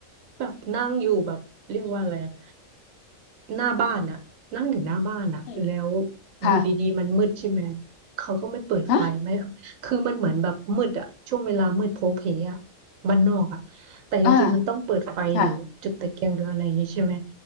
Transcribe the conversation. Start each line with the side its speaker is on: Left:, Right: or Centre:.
Right: แบบนั่งอยู่แบบเรียกว่าอะไรอะหน้าบ้านอะนั่งอยู่หน้าบ้านอะแล้ว
Left: อืมค่ะ
Right: อยู่ดีๆมันมืดใช่ไหมเขาก็ไม่เปิดไฟไม่
Left: ฮะ
Right: คือมันเหมือนแบบมืดอะช่วงเวลามืดโพลเพอะบ้านนอกอะแต่จริงๆมันต้องเปิดไฟหรือจุดตะเกียงหรืออะไรอย่างงี้ใช่ไหม
Left: อ่าค่ะ